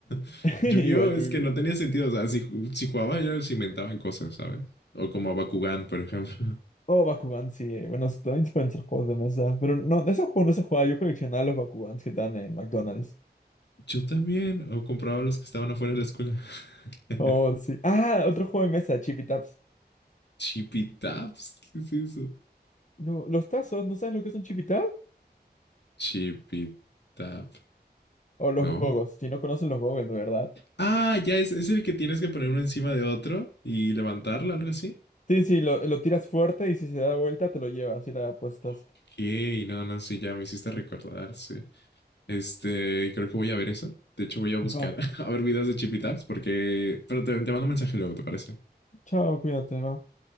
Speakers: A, on the left; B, on the left.
A: <laughs>
B: <laughs>
A: Yu-Gi-Oh
B: Igual
A: es
B: Yu-Gi-Oh.
A: que no tenía sentido. O sea, si, si jugaba yo se inventaban cosas, ¿sabes? O como a Bakugan, por ejemplo.
B: Oh, Bakugan, sí. Bueno, también pueden ser juegos de mesa. Pero no, de esos juegos no se juega. Yo coleccionaba los Bakugans que están en McDonald's.
A: Yo también. O compraba los que estaban afuera de la escuela. <laughs>
B: Oh, sí. Ah, otro juego de mesa, Chippy Taps.
A: Chippy Taps. ¿Qué es eso?
B: No, los tazos, ¿no sabes lo que es un Chippy Tap?
A: Chippy Tap.
B: O los
A: No.
B: gogos, si no conocen los gogos, de verdad.
A: Ah, ya es, es el que tienes que poner uno encima de otro y levantarlo, algo así.
B: Sí, sí, lo, lo tiras fuerte y si se da vuelta te lo llevas y la apuestas.
A: Ok, no, no, sí, ya me hiciste recordar, sí. Este, creo que voy a ver eso. De hecho, voy a buscar
B: Va,
A: <laughs> a ver videos de Chippy Taps porque. Pero te, te mando un mensaje luego, ¿te parece?
B: chao, cuídate, va.